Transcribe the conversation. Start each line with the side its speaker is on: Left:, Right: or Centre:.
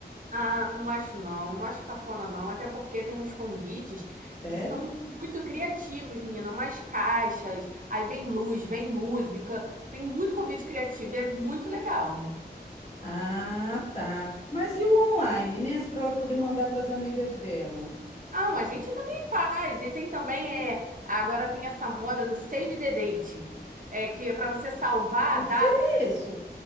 Right: ah, não acho não, não acho cafona não, até porque tem uns convites
Left: Sério?
Right: que são muito criativos, menina, umas caixas, aí vem luz, vem música, tem muito convite criativo e é muito legal, né?
Left: Ah, tá. Mas e o online, né? Para ela poder mandar para as amigas dela. O
Right: Ah, um, a gente também faz, e tem também, é, agora tem essa moda do Save the Date, é, que é para você salvar
Left: que
Right: a data,
Left: que seria isso?